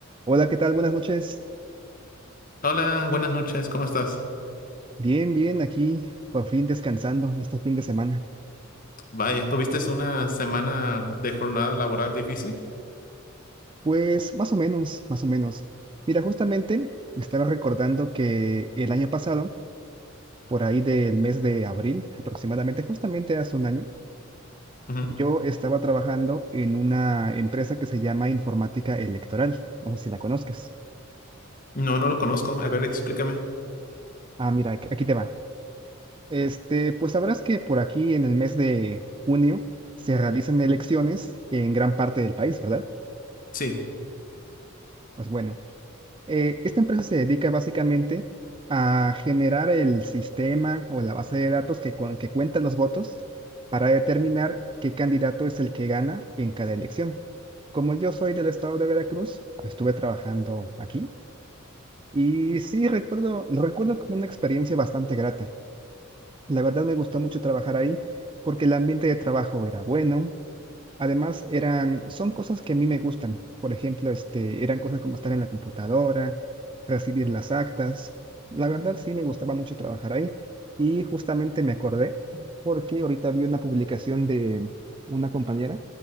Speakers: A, on the right; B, on the left.
A: Hola, ¿qué tal? Buenas noches.
B: Hola, buenas noches, ¿cómo estás?
A: Bien, bien, aquí por fin descansando en este fin de semana.
B: Vaya, ¿tuviste una semana de jornada laboral difícil?
A: Pues más o menos, más o menos. Mira, justamente me estaba recordando que el año pasado, por ahí del mes de abril, aproximadamente, justamente hace un año,
B: Ujú.
A: yo estaba trabajando en una empresa que se llama Informática Electoral. No sé si la conozcas.
B: No, no lo conozco. A ver, explícame.
A: Ah, mira, aquí aquí te va. Este, pues sabrás que por aquí en el mes de junio se realizan elecciones en gran parte del país, ¿verdad?
B: Sí,
A: Pues bueno. Eh, esta empresa se dedica básicamente a generar el sistema o la base de datos que, cuen- que cuenta los votos para determinar qué candidato es el que gana en cada elección. Como yo soy del estado de Veracruz, pues, estuve trabajando aquí y sí recuerdo, lo recuerdo como una experiencia bastante grata. La verdad me gustó mucho trabajar ahí porque el ambiente de trabajo era bueno, Además, eran, son cosas que a mí me gustan. Por ejemplo, este, eran cosas como estar en la computadora, recibir las actas. La verdad, sí me gustaba mucho trabajar ahí. Y justamente me acordé porque ahorita vi una publicación de una compañera